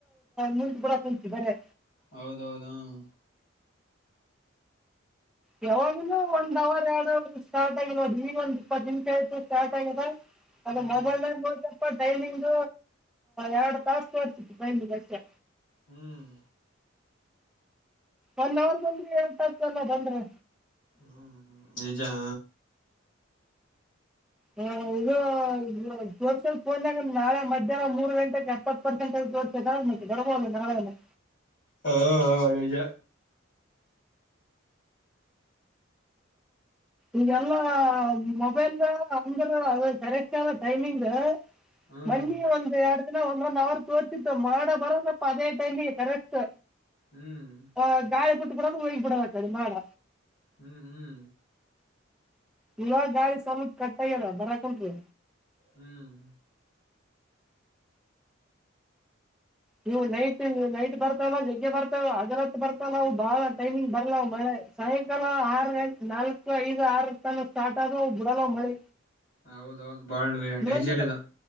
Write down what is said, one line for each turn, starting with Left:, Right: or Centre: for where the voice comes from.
Centre: ನಿಂತು ಕೂಡ ಕಲ್ತಿದಾರೆ.
Left: ಹೌದೌದ ಹ್ಮ್.
Centre: ಯಾವಾಗನ ಒಂದ್ ಅವರ್ ಎರಡ್ ಸ್ಟಾರ್ಟ್ ಆಗಿರದು ಈಗ ಒಂದ ಇಪ್ಪತ್ತು ನಿಮಿಷ ಆಯತು ಸ್ಟಾರ್ಟ್ ಆಗಿದೆ. ಅದ
Left: ಹ್ಮ್
Centre: ಮೊಬೈಲನ್ಯಾಗ ನೋಡಿನೆಪ್ಪ ಟೈಮಿಂಗ ಎರಡು ತಾಸ ತೋರಿಸತಿತ್ತು ಟೈಮಿಂಗ್ ಅಷ್ಟೆ
Left: ಹ್ಮ್.
Centre: ಒಂದ ಅವರ್ ಬಂದ್ರಿ ಏನ್ ತಪ್ಪಲ್ಲ ಬಂದ್ರ.
Left: ಹ್ಮ್ ನಿಜ ಹ.
Centre: ಹ ಇದು ಸರ್ಸಲ್ ಫೋನ್ಗ ನಾಳೆ ಮಧ್ಯಾಹ್ನ ಮೂರು ಗಂಟೆಗೆ ಇಪ್ಪತ್ತ ಪರ್ಸೆಂಟ್ ಬರ್ಬೋದು ನಾವೇನು
Left: ಹಾ ಹಾ ನಿಜ
Centre: ಈಗೆಲ್ಲಾ ಮೊಬೈಲ್ ಅಂದ ಕರೆಕ್ಟ್ ಆದ ಟೈಮಿಂಗ
Left: ಹ್ಮ್
Centre: ಮನ್ನಿ ಒಂದ್ ಎರಡ್ ದಿನ ಒಂದ್ ಒಂದ್ ಅವರ್ ತೋರ್ಸಿತ್ತ ಮಾಡ ಬರೋದಪ್ಪ ಅದೇ ಟೈನಿ ಕರೆಕ್ಟ್
Left: ಹ್ಮ್.
Centre: ಹ ಗಾಳಿ ಬಿಟ್ಟು ಬಿಡದು ಹೋಗಿ ಬಿಡೋದು ಅದ ಮಾಡ್
Left: ಹ್ಮ್ ಹ್ಮ್.
Centre: ಇಲ್ಲಿನೋಡ ಸ್ವಲ್ಪ ಕಟ್ಟ ಆಗೇದ ಬರಾಕುಂತದ.
Left: ಹ್ಮ್.
Centre: ನೀವು ನೈಟ್ ನೈಟ್ ಬರ್ತಲ್ಲ ಜಗ್ಗೆ ಬರ್ತಾವ ಹಗಲತ್ತ ಬರ್ತಲ್ಲ ಅವು ಬಾಳ ಟೈಮಿಂಗ್ ಬರಲ್ಲ ಅವು ಮಳೆ ಸಾಯಂಕಾಲ ಆರ್ ನಾಲ್ಕು ಐದು ಆರ್ ಇರ್ತಾವ ಅಲ್ಲ ಸ್ಟಾರ್ಟ್ ಆದ ಬಿಡಲ್ಲ ಮಳೆ
Left: ಹೌದೌದು ಬಾಳ್ ಡೇಂಜರ್
Centre: ನೋಡಿದಿಲ್ಲ
Left: ಇದ.